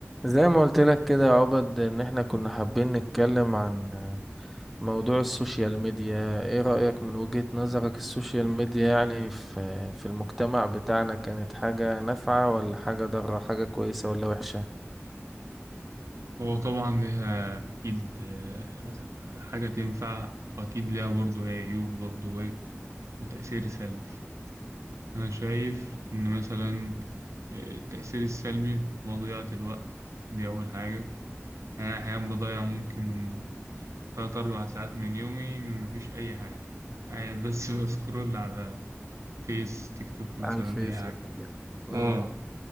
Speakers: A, in the centre; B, on the right (about 85°).
A: زي ما قلت لك كده يا عبد ان احنا كنا حابين نتكلم عن موضوع السوشيال ميديا ايه رأيك من وجهة نظرك السوشيال ميديا يعني في في المجتمع بتاعنا كانت حاجة نافعة ولا حاجة ضارة حاجة كويسة ولا وحشة
B: هو طبعا ليها أكيد آه، حاجة تنفع وأكيد ليها برضه إيه عيوب برضه إيه وتأثير سلبي أنا شايف إن مثلا آه، التأثير السلبي مضيعة الوقت دي أول حاجة أنا أحيانا بضيع ممكن تلات أربع ساعات من يومي مفيش أي حاجة قاعد بس <laughs> بسكرول على فيس تيك توك مثلا
A: على الفيس
B: أي حاجة
A: ولا كده امم
B: آه